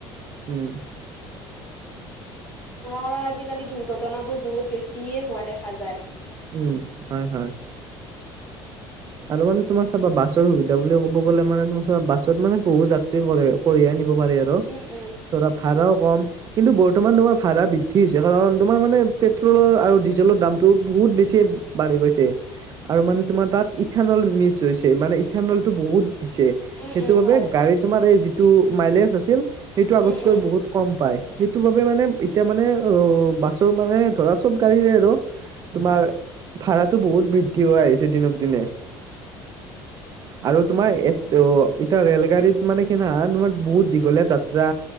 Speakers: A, on the right; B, on the left.
A: উম।
B: কাৰণ আজিকালি দুৰ্ঘটনাবোৰ বহুত বেছিয়ে হোৱা দেখা যায়।
A: উম হয় হয়, আৰু মানে তোমাৰ চাবা বাছৰ সুবিধা বুলি ক' ব গলে মানে তোমা বাছত মানে বহুত যাত্ৰী কঢ়িয়াই নিব পাৰি আৰু
B: উম উম
A: ধৰা ভাড়াও কম। কিন্তু বৰ্তমান তোমাৰ ভাড়া বৃদ্ধি হৈছে, কাৰণ তোমাৰ মানে পেট্ৰলৰ আৰু ডিজেলৰ দামটো বহুত বেছি বাঢ়ি গৈছে। আৰু মানে তোমাৰ তাত ইথানল মিচ হৈছে মানে ইথানলটো বহুত দিছে।
B: উম
A: সেইটো
B: উম
A: বাবে
B: হয়
A: গাড়ী তোমাৰ এই যিটো মাইলেজ আছিল, সেইটো আগতকৈ
B: উম উম
A: বহুত কম পায়। সেইটো বাবে মানে এতিয়া মানে অ বাছৰ মানে ধৰা চব গাড়ীৰে আৰু তোমাৰ, ভাঢ়াতো বহুত বৃদ্ধি হৈ আহিছে দিনক দিনে।
B: <inaudible>
A: আৰু তোমাৰ এ এতিয়া ৰেলগাড়ীত মানে কি নহ তোমাৰ বহুত দীঘলীয়া যাত্ৰা